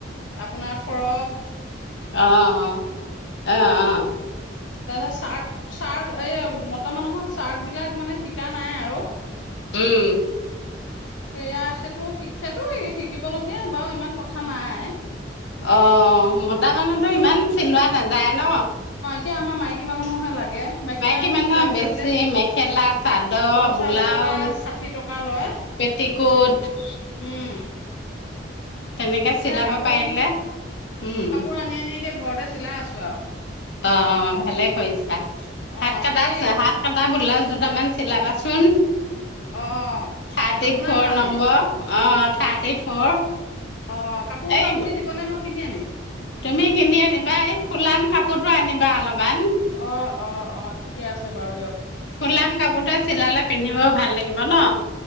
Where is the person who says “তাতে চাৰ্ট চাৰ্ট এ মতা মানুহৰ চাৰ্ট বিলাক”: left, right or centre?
Left